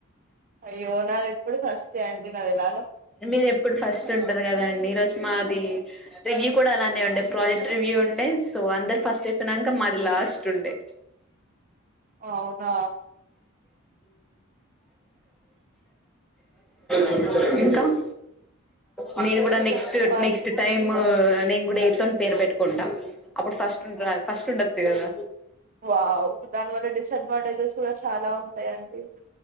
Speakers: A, on the right (about 40°); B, in the centre.
A: అయ్యోనా ప్పుడి ఫస్ట్ అండి నాది లా
B: మీరు ఎప్పుడు ఫస్ట్ ఉంటారు గదా అండి ఈరోజు మాది రివ్యూ కూడా అలానే ఉండే ప్రాజెక్ట్ రివ్యూ ఉండే సో అందరు ఫస్ట్ చెప్పినంక మాది లాస్ట్ ఉండే
A: అవున
B: చూప అ నేను కూడా
A: నాకు
B: నెక్స్ట్
A: చెప్పాలి
B: నెక్స్ట్ టైమ్ నేను గూడా ఎ తోని పేరు పెట్టుకుంటా అప్పుడు ఫస్ట్ ఫస్ట్ ఉండచ్చు కదా
A: వావ్ దాని వల్ల డిసడ్వాంటేజెస్ కూడా చాలా ఉంటాయండి